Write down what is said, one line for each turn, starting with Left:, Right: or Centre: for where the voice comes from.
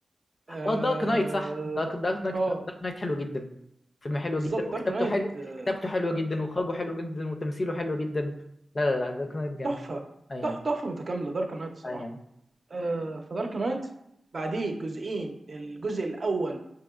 Left: اه
Right: اه
Left: دارك نايت صح دارك دارك نايت
Right: آه،
Left: دارك نايت حلو جدا فيلم حلو
Right: بالظبط
Left: جدا وكتابته
Right: دارك نايت
Left: حلو
Right: آه،
Left: كتابته حلوه جدا واخراجه حلو جدا وتمثيله حلو جدا لا لا لا دارك نايت جامد
Right: تحفه
Left: ايوه
Right: تح-
Left: ايوه
Right: تحفه متكامله دارك نايت الصراحه
Left: ايوه
Right: آه، فدارك نايت بعديه جزئين الجزء الاول